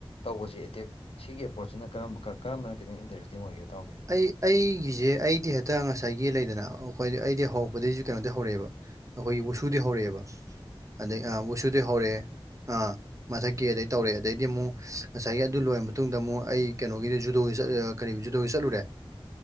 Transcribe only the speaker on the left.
ꯇꯧꯕꯁꯤ ꯑꯦꯇꯦꯛ ꯁꯤꯒꯤ ꯑꯦꯄ꯭ꯔꯣꯆꯁꯤꯅ ꯀꯔꯝꯕ ꯀꯔꯝꯕꯅ ꯈꯤꯇꯪ ꯏꯟꯇꯔꯦꯁꯇꯤꯡ ꯑꯣꯏꯒꯦ ꯏꯇꯥꯎꯗ‌ꯦ